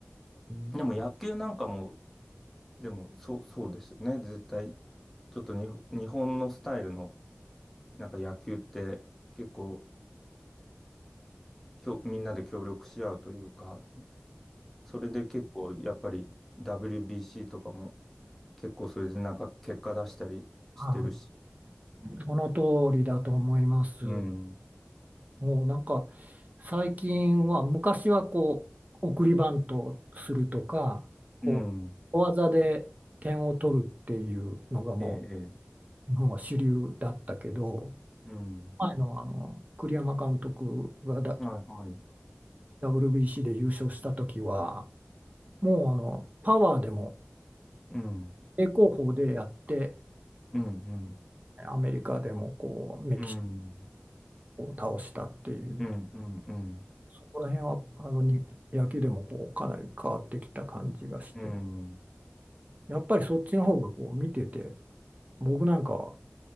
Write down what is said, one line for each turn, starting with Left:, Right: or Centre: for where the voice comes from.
Right: うん
Centre: でも野球なんかも、でもそう、そうですよね。絶対、ちょっとに日本のスタイルのなんか野球って結構きょ、みんなで協力し合うというか、それで結構やっぱり WBC とかも結構それでなんか結果出したりしてるし。
Right: あーその通りだと思います。
Centre: うん。
Right: もうなんか最近は昔はこう送りバントをするとかこう小技で点を取るっていうのがも
Centre: うん。ええ、ええ。
Right: う日本は主流だったけど、
Centre: うん。
Right: 前の、あの栗山監督がだ
Centre: はい、はい。
Right: WBC で優勝した時は、もうあのパワーでも
Centre: うん。
Right: 正攻法でやって、
Centre: うん、うん。
Right: アメリカでもこうメキシ
Centre: うん。
Right: コを倒したっていう、
Centre: うん、うん、うん。
Right: そこら辺はあのに野球でもこうかなり変わってきた感じがして、
Centre: うん。
Right: やっぱりそっちの方がこう見てて、僕なんかは